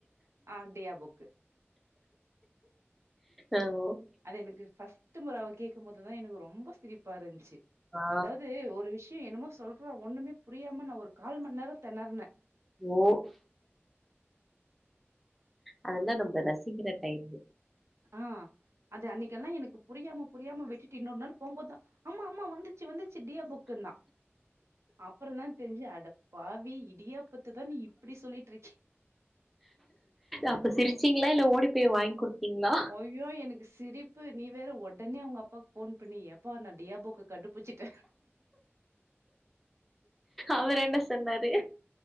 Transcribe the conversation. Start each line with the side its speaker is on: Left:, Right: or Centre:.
Right: ஆ டியாபுக்கு
Centre: ஆவோ
Right: அது எனுக்கு ஃபர்ஸ்ட்டு முற அவ கேக்கும்போதுதா எனுக்கு ரொம்ப சிரிப் பா இருந்ச்சி
Centre: ஆ
Right: அதாவது ஒரு விஷ்யோ என்னமோ சொல் றா ஒண்ணுமே புரியாம நா ஒரு கால்மண் நேரோ தெனருனே
Centre: ஓ அதெல்லா நம்ப ரசிக்கிற டைம்மு
Right: ஆ அது அன்னிக்கெல்லா எனக்கு புரியாம புரியாம வெட்டுட்டு இன்னொரு நாள் போம்போதுதா அம்மா அம்மா வந்துச்சி வந்துச்சி டியா புக் குன்னா அப்பறந்தா தெரிஞ்சி அட பாவி இடியாப் பத்த தா நீ இப்டி சொல்லிட்டு இருக்கி
Centre: அப்ப சிரிச்சீங்ளா இல்ல ஓடி போய் வாங்கி குடுத்தீங்ளா
Right: ஐயோ எனுக்கு சிரிப்பு நீ வேற ஒடனே அவங்க அப்பாக்கு ஃபோன் பண்ணி எப்பா நா டியாபுக்க கண்டுபுச்சுட்டே
Centre: அவர் என்ன சொன்னாரு